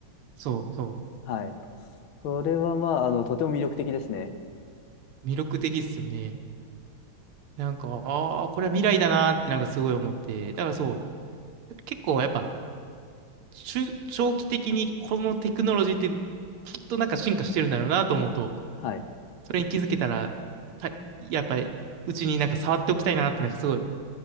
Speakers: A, on the right; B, on the left.
A: そうそ
B: はい。それはまあ、あの、とても魅力的ですね。
A: う。魅力的っすよね。なんか、ああ、これは未来だなーってなんかすごい思って。だからそう、結構やっぱ、中長期的にこのテクノロジーってきっとなんか進化してるんだろうなと思うと、
B: はい。
A: それに気づけたら、はい、やっぱり、うちになんか触っておきたいなってなんかすごい